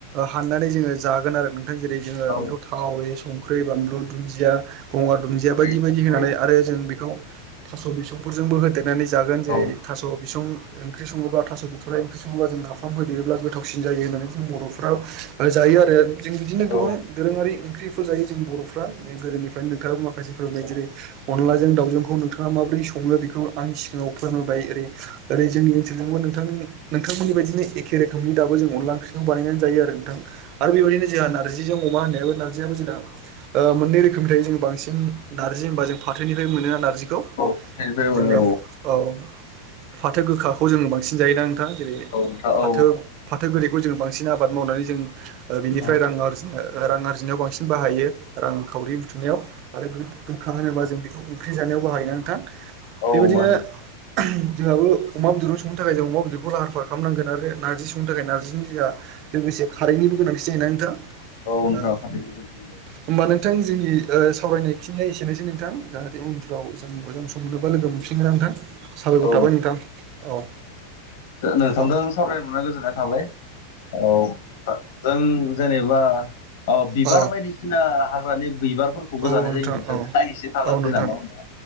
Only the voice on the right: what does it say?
हाननानै जोङो जागोन आरो जेरै जोङो
बेखौ थाव संख्रि बानलु दुन्दिया गगार दुन्दिया
बायदि बायदि होनानै
आरो जों बेखौ थास' बिसौफोरजोंबो होदेरनानै जागोन जेरै
थास' बिसं ओंख्रि सङोब्ला थास' बिथ'रा ओंख्रि सङोब्ला जों गाफाम होोदेरोब्ला गोथावसिन जायो होननानै जों बर'फोराव जायो जायो आरो जों बिदिनो गोबां
दोरोङारि ओंख्रिफोर जायो जों बर'फ्रा गोदोनिफ्राय फ्राय नोंथाङा मासे फोरोंनाय जेरै अनलाजों दावजोंखौ नोंथाङा माबोरै सङो बेखौ खौ आं सिगाङाव फोरमबाय ओरै ओरै जोंनि ओनोलजोंबो नोंथ नोंथांमोननि बायदिनो एखे रोखोमनि दाबो जों अनला ओंख्रि बानायनानै जायो आरो नोंथां आरो बेबायदिनो जोंहा नारजिजों अमा होननाय नारजियाबो जों मोननै रो खोमनि थायो जों बांसि नारजि होनबा जों फाथोनिफ्राय मोन नारजि नारजिखौ
जोंनियाव औ फाथो गोखाखौ जोङो बांसिन जायोना नोंथां? जेरै
फाथो
फाथो गोरैखौ जों बांसिन आबाद मावनानै जों ओ बेनि
जिनो रां आरजिनायाव बांसिन बाहायो। रांखावरि बुथुमनायाव आरो गोखा होनोबा जों बेखौ ओंख्रि जानायाव बाहायोना नोंथां?
बेबायदिनो
जोंहाबो अमा बेदर संनो थाखाय जों अमा बेदरखौ लाहार फाहार खालामनांगोन आरो नारजि संनो थाखाय नारजिनि लोगोसे खारैनि गोनांथि जायो औ
होमबानो नोंथां जोंनि सावरायनाय खिननाया एसेनोसै नोंथां जाहाथे उनफ्राव जों मोजां सम बा लोगो मोनफिनगोना नोंथां साबायखर
थाबाय नोंथां औ।
औ
औ
औ
नोंथां
औ
औ
नोंथां